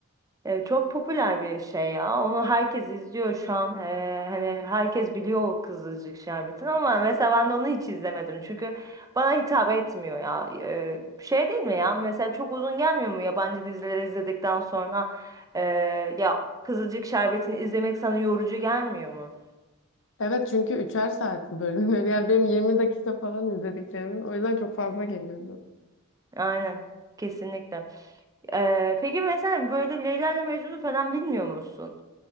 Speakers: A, on the right; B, on the left.
A: E, çok popüler bir şey ya. Onu herkes izliyor şu an. E, hani herkes biliyor o Kızılcık Şerbeti'ni ama mesela ben de onu hiç izlemedim. Çünkü bana hitap etmiyor ya. E, şey değil mi ya? Mesela çok uzun gelmiyor mu yabancı dizileri izledikten sonra? E, ya Kızılcık Şerbeti'ni izlemek sana yorucu gelmiyor mu?
B: Evet çünkü üçer saat bölümleri. <laughs> Yani benim 20 dakika falan izlediklerimin. O yüzden çok fazla geliyordu.
A: Aynen. Kesinlikle. E, peki mesela böyle Leyla ile Mecnun'u falan bilmiyor musun?